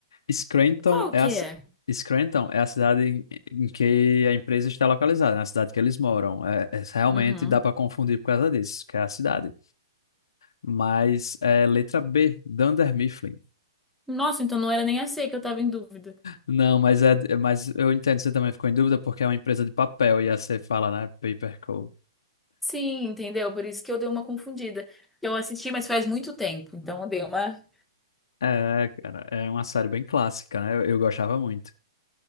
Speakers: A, on the left; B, in the centre.
A: Scranton
B: Qual
A: é
B: que
A: a, ci-
B: é?
A: Scranton é a cidade em em que a empresa está localizada, na cidade que eles moram. É, é- realmente
B: Uhum.
A: dá para confundir por causa disso, que é a cidade. Mas é letra B, Dunder Mifflin.
B: Nossa, então não era nem a C que eu tava em dúvida.
A: Não, mas, é, mas eu entendo, você também ficou em dúvida porque é uma empresa de papel e aí você fala, né? Paper Co.
B: Sim, entendeu? Por isso que eu dei uma confundida. Eu assisti, mas faz muito tempo, então eu dei uma
A: É, cara, é uma série bem clássica, né? Eu, eu gostava muito.